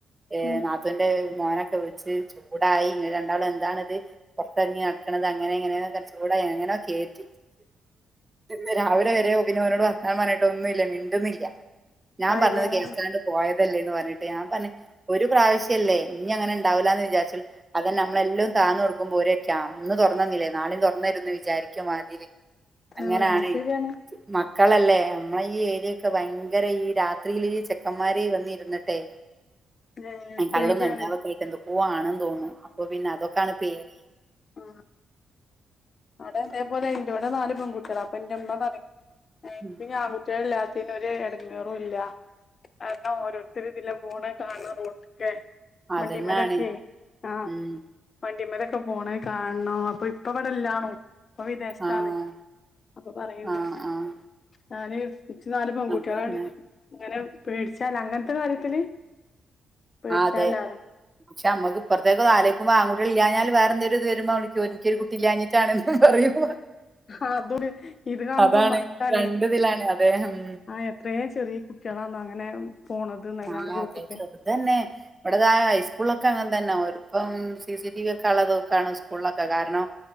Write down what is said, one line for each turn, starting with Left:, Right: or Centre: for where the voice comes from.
Right: ഏ
Left: ഉം
Right: നാത്തൂന്റെ മോനൊക്കെ വിളിച്ച് ചൂടായി ഇങ്ങനെ രണ്ടാളും എന്താണിത് പൊറത്തെറങ്ങി നടക്കണത് അങ്ങനെ ഇങ്ങനെനൊക്കെ ചൂടായി എങ്ങനെയോ കേറ്റി ഇന്നു രാവിലെവരെ പിന്നെ ഓനോട് വർത്താനം പറഞ്ഞിട്ട് ഒന്നും ഇല്ല മിണ്ടുന്നില്ല ഞാൻ
Left: ആയില്ലല്ലേ
Right: പറഞ്ഞത് കേൾക്കാണ്ട് പോയ തല്ലേന്നുപറഞ്ഞിട്ട് ഞാൻ പറഞ്ഞ് ഒരു പ്രാവശ്യല്ലേ ഇനി അങ്ങനെ ഉണ്ടാവില്ലാന്ന് വിചാരിച്ചല് അതന്നെ നമ്മളെല്ലാം താന്നുകൊടുക്കുമ്പോ ഒരൊക്കെയാന്ന് ഇന്ന് തൊറന്നുതന്നിലേ നാളേം തൊറന്നുതരുന്നു വിചാരിക്കോം മാറ്റിയില്ലെങ്കി അങ്ങനാണ്
Left: ആ അത് ശരിയാണ്
Right: മക്കളല്ലേ നമ്മളെ ഈ ഏരിയൊക്കെ ഭയങ്കര ഈ രാത്രിയില് ചെക്കന്മാര് വന്നിരുന്നിട്ടെ
Left: ഏ
Right: കള്ളും
Left: പേടിയാണ്
Right: കഞ്ചാവൊക്കെയായിട്ടെ എന്തൊ പോവാണെന്നു തോന്നണു അപ്പൊ പിന്നെ അതൊക്കെയാണ് പേടി
Left: ആ അവിടെ അതെപോലെ എന്റോടെ നാലുപെൺകുട്ടൊളാ അപ്പൊ എന്റെ അമ്മപറയും എനിക്കിനി
Right: ഉം
Left: ആൺകു ട്ടികളില്ലാത്തിൻറ്റെ ഒരു എടങ്ങേറും ഇല്ല കാരണം ഓരോരുത്തർ ഇതിലെ പോണ കാണണം റോട്ടിക്കെ
Right: അതന്നാണ്
Left: വണ്ടിമേലൊക്കെ ആ
Right: ഉം
Left: വണ്ടി മേലൊക്കെ പോണ കാണോ അപ്പൊ ഇപ്പൊ അവിടെ എല്ലാണോ ഇപ്പൊ വിദേശത്താണ്
Right: ആഹ്
Left: അപ്പൊ പറയണ്ട്
Right: ആഹ് ആഹ്
Left: ഞാന് ഇച്ച് നാല് പെൺകുട്ടികളാണ്
Right: അതന്നെ
Left: ഇങ്ങനെ പേടിച്ചാല അങ്ങനത്തെ കാര്യത്തില് പേടിച്ചാലാ
Right: അതെ പക്ഷെമമ്മക്ക് ഇപ്പറത്തേക്ക് ആലോചിക്കുമ്പ ആൺ കുട്ടികള് ഇല്ലാഞ്ഞ വേറെന്തെങ്കിലും ഇത് വരുമ്പോള ഒരിക്കും എനിക്ക്ഒരു കുട്ടി ഇല്ലാഞ്ഞിട്ടാണ് പറയും
Left: ആഹ് അതോടി ഇത് കാണുമ്പോ
Right: അതാണ്
Left: നമ്മക്കാണ്
Right: രണ്ടിതിലാണ് അതെ ഉം
Left: ആയോ ഇത്രയും ചെറിയ കുട്ടികളാണ് അങ്ങനെ പോണത് ന്നല്ലാണ്ട്
Right: ആഹ് അതെ
Left: റോട്ട്ക്ക്
Right: ചെറുത് തന്നെ ഇവിടേതായ ഹൈസ്കൂളിലൊക്കെ അങ്ങ തന്നെ ഒരുപ്പം സി സി ടിവി ഒക്കെ ഉള്ളതൊക്കെയാണ് സ്കൂളിലൊക്കെ കാരണം